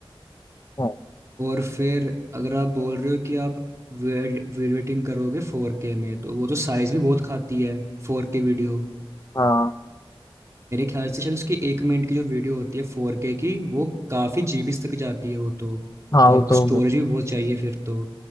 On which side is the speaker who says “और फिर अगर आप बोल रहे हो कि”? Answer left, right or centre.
Right